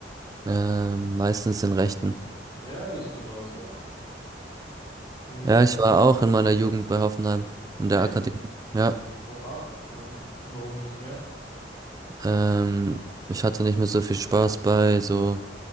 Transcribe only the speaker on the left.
Ja, ich genauso, ja. Wie würdest
Echt?
Oha, w- warum nicht mehr?